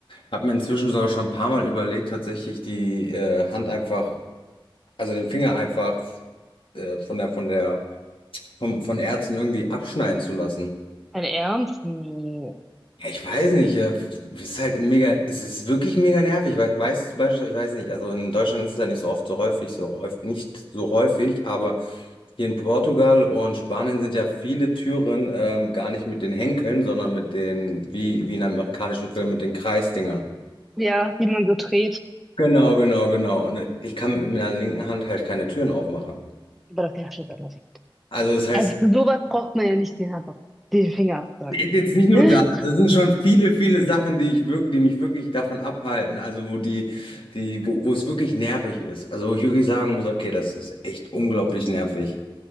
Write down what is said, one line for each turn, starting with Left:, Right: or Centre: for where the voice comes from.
Left: Habe mir inzwischen sogar schon ein paar Mal überlegt, tatsächlich die äh, Hand einfach also den Finger einfach äh, von der, von der, vom, von Ärzten irgendwie abschneiden zu lassen.
Centre: ein Ernst? Nee.
Left: Ja, ich weiß nicht, äh, ist halt mega, es ist wirklich mega nervig, weil, weißt zum Beispiel, ich weiß nicht, also in Deutschland ist es ja nicht so oft so häufig, so häufig, nicht so häufig, aber hier in Portugal und Spanien sind ja viele Türen ähm, gar nicht mit den Henkeln, sondern mit den, wie, wie in amerikanischen Filmen, mit den Kreisdingern.
Centre: Ja, die man so dreht.
Left: Genau, genau, genau. Und ich kann mit meiner linken Hand halt keine Türen aufmachen.
Centre: Aber das ist ja dann weg.
Left: Also das heißt,
Centre: Also für sowas braucht man ja nicht den Hand, den Finger absacken.
Left: Jetzt nicht nur
Centre: <laughs>
Left: das, das sind schon viele, viele Sachen, die ich wirklich, die mich wirklich davon abhalten, also wo die, die, wo, wo es wirklich nervig ist. Also wo ich wirklich sagen muss, okay, das ist echt unglaublich nervig.